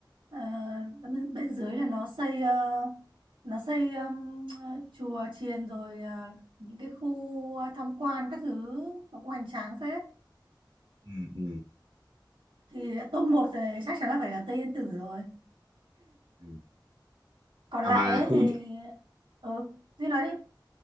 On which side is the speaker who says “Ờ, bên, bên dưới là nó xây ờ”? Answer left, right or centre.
Right